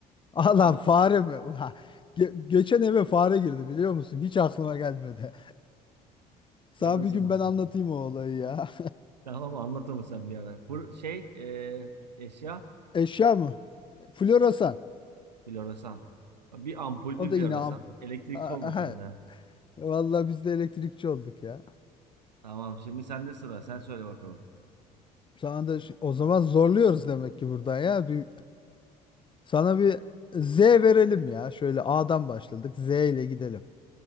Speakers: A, on the left; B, on the right.
A: Allah
B: Tamam.
A: <laughs> fare mi? Ha, ge- geçen eve fare girdi biliyor musun? Hiç aklıma gelmedi. <laughs> Sana
B: Canın sağ
A: bir gün
B: olsun.
A: ben anlatayım o olayı ya.
B: Tamam anlatır mısın bir ara? Fır- şey e, eşya
A: Eşya mı? Floresan.
B: Floresan. Bir ampul
A: O
B: bir
A: da
B: floresan.
A: yine amp.
B: Elektrikçi
A: Aha.
B: oldun sen de.
A: Vallahi biz de elektrikçi olduk ya.
B: Tamam şimdi sende sıra. Sen söyle bakalım.
A: Sana da şi- o zaman zorluyoruz demek ki buradan ya. Bir, sana bir Z verelim ya. Şöyle A'dan başladık. Z ile gidelim.